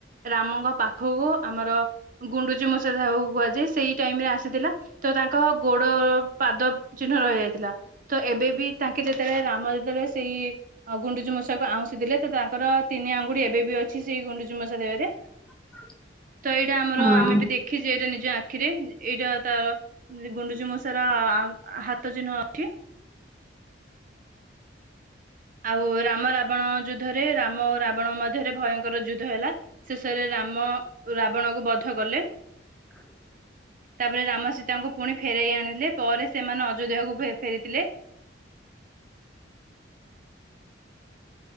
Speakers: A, on the right; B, in the centre.
A: ରାମଙ୍କ ପାଖକୁ ଆମର ଗୁଣ୍ଡୁଚି ମୂଷା ଯାହାକୁ କୁହାଯାଏ। ସେଇ ଟାଇମ ରେ ଆସିଥିଲା। ତ, ତାଙ୍କ ଗୋଡ଼ ପାଦ ଚିହ୍ନ ରହିଯାଇଥିଲା। ତ ଏବେ ବିି ତାଙ୍କେ ଯ ଯେତେବେଳେ ରାମ ଯେତେବେଳେ ସେଇ ଗୁଣ୍ଡୁଚୁ ମୂଷାକୁ ଆଉଁଶି ଦେଲେ। ତ, ତାଙ୍କର ତିନି ଆଙ୍ଗୁଡ଼ି ଏବେ ବି ଅଛି ସେଇ ଗୁଣ୍ଡୁଚୁ ମଷା ଦେହ ରେ।
B: <inaudible>
A: ତ, ଏଇଟା ଆମର
B: ହଁ।
A: ଆମେ ବି ଦେଖିଛେ ଏଇଟା ନିଜ ଆଖିରେ ଏଇଟା ତାର ଗୁଣ୍ଡୁଚି ମୂଷା ର ଆ ହାତ ଚିହ୍ନ ଅଛି? ଆଉ ରାମ, ରାବଣ ଯୁଦ୍ଧରେ ରାମ, ରାବଣ ମଧ୍ୟରେ ଭୟଙ୍କର ଯୁଦ୍ଧ ହେଲା। ଶେଷରେ ରାମ ରାବଣ କୁ ବଧ କଲେ।
B: <inaudible>
A: ତାପରେ, ରାମ ସୀତାଙ୍କୁ ପୁଣି ଫେରେଇ ଆଣିିଲେ ପରେ ସେମାନେ ଅଯୋଧ୍ୟାକୁ ଫେର ଫେରିଥିଲେ।